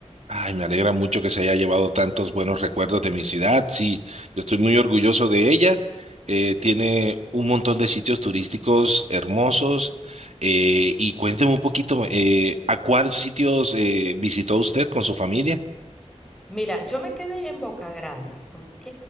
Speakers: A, on the right; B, in the centre.
A: Ay, me alegra mucho que se haya llevado tantos buenos recuerdos de mi ciudad. Sí, yo estoy muy orgulloso de ella. Eh, tiene un montón de sitios turísticos hermosos. Eh, y cuénteme un poquito, eh, ¿a cuáles sitios eh, visitó usted con su familia?
B: Mira, yo me quedé en Boca Grande, ¿ok?